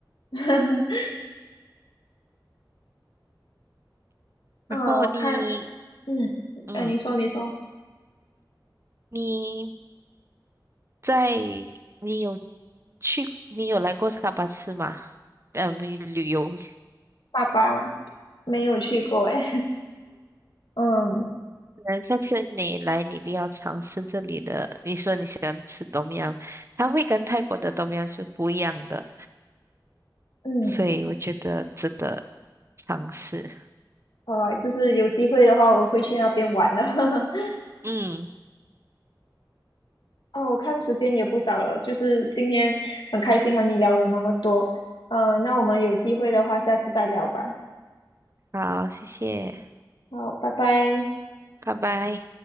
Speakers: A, on the left; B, on the right.
A: <laughs>
B: 然后你，
A: 嗯，我看，嗯，
B: 嗯，
A: 哎，你说你说，
B: 你在，你有去，你有来过沙巴吃吗？呃，旅旅游。
A: 爸爸嘛，没有去过诶，<laughs> 嗯
B: 嗯，下次你来，你一定要尝试这里的。你说你喜欢吃 tom yum，它会跟泰国的 t o 是不一样的，
A: 嗯，
B: 所以我觉得值得尝试。
A: 好吧，就是有机会的话，我会去那边玩的。<laughs>
B: 嗯，
A: 哦，我看时间也不早了，就是今天很开心和你聊了那么多，呃，那我们有机会的话，下次再聊吧。
B: 好，谢谢，
A: 好，拜拜。
B: 拜拜。